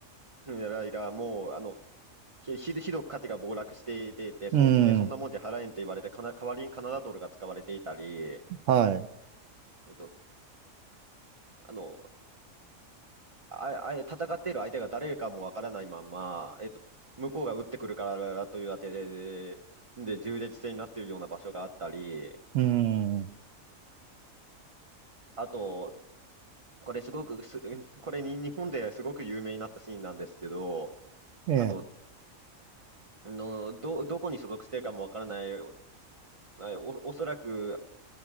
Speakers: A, on the right (about 30°); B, on the right (about 70°).
A: うんいや、いやもう、あの、ひ、ひどひどく価値が暴落していて、で、
B: うん、
A: そんで、そんなもんじゃ払えんって言われて、かな、代わりにカナダドルが使われていたり、
B: はい、
A: えっと、あの、あ、あ、戦っている相手が誰かもわからないまま、えっと、向こうが撃ってくるからというあてで、で、で、銃で戦になっているような場所があったり、
B: うん、
A: あと、これすごくす、これに日本ですごく有名になったシーンなんですけど、
B: ええ、
A: あの、あのど、どこに所属しているかもわからない、お、おそらく